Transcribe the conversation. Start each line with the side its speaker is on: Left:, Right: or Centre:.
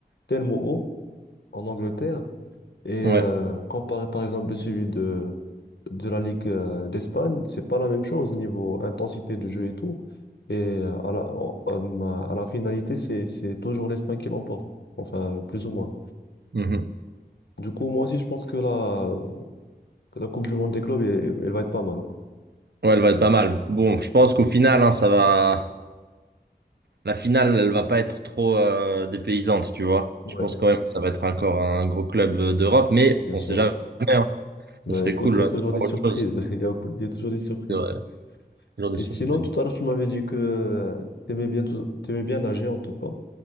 Left: tellement haut en Angleterre? Et
Right: ouais,
Left: euh, comparé par exemple de celui de, de la Ligue euh, d'Espagne, c'est pas la même chose niveau intensité de jeu et tout. Et euh, à la, en- en- à la finalité, c'est, c'est toujours l'Espagne qui l'emporte, enfin plus ou moins.
Right: mhm.
Left: Du coup, moi aussi, je pense que la, que la Coupe du Monde des clubs, elle, elle va être pas mal. quoi.
Right: Ouais, elle va être pas mal. Bon, je pense qu'au final, hein, ça va. La finale, elle va pas être trop euh, dépaysante, tu vois.
Left: Ouais,
Right: Je pense quand même que ça va être encore un gros club euh, d'Europe, mais
Left: bien
Right: on
Left: sûr.
Right: sait jamais. hein.
Left: Bah
Right: Ça serait
Left: écoute,
Right: cool
Left: il y
Right: euh,
Left: a toujours
Right: de voir
Left: des surprises.
Right: autre chose.
Left: <laughs> Il y a, il y a toujours des surprises.
Right: C'est vrai. Toujours des
Left: Et
Right: surprises.
Left: sinon, tout à l'heure, tu m'avais dit que tu aimais bien, tout- t'aimais bien nager en tout cas.